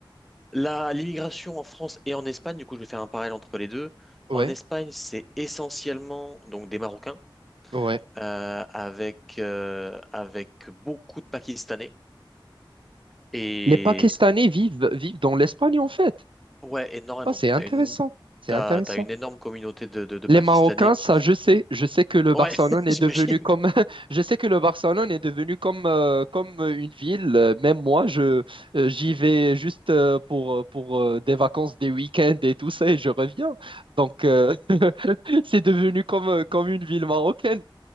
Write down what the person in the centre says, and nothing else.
La, l'immigration en France et en Espagne, du coup, je vais faire un parallèle entre les deux.
En Espagne, c'est essentiellement donc des Marocains
euh, avec euh, avec beaucoup de Pakistanais et
ouais, énormément.
T'as une
t'as,
t'as une énorme communauté de, de, de Pakistanais
qui
ouais,
<laughs> j'imagine.